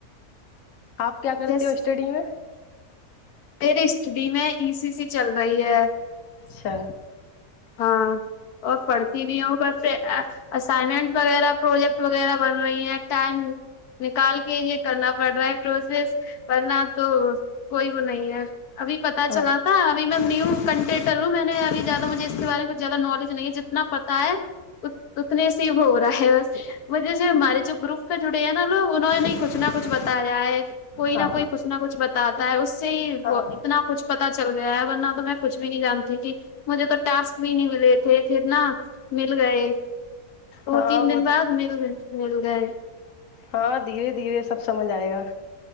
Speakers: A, on the left; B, on the left.
A: آپ کیا کرتے
B: جس
A: ہو اسٹڈی میں
B: مری اسٹڈی میں ای سی سے چل رہی ہے
A: اچھا
B: ہاں اور پڑھتی بھی ہوں ب اسائنمنٹ وغیرہ پروجیکٹ وغیرہ بن رہی ہیں ٹائم نکال کے یہ کرنا پڑ رہا ہے پروسیس ورنہ تو کوئی وہ نہیں ہے ابھی پتہ
A: ہاں
B: چلا تھا ابھی میں نیو کنٹینٹر ہوں میں نے اب زیادہ مجھے اس کے بارے میں زیادہ نالج نہیں ہے جتنا پتا ہے ا اتنے سے ہو رہا ہے بس مجھے جو ہمارے جو گروپ پہ جڑے ہیں نا لوگ انہوں نے کچھ نہ کچھ بتایا ہے کوئی
A: ہاں
B: نہ کوئی کچھ نہ کچھ بتاتا ہے اس سے ہی
A: ہاں
B: اتنا کچھ پتا چل گیا ہے ورنہ تو میں کچھ بھی نہیں جانتی تھی مجھے تو ٹاسک بھی نہیں ملے تھے پھر نا مل گئے دو
A: ہاں
B: تین دن
A: وہ
B: بعد مل گئے مل گئے
A: ہاں دھیرے دھیرے سب سمجھ آئے گا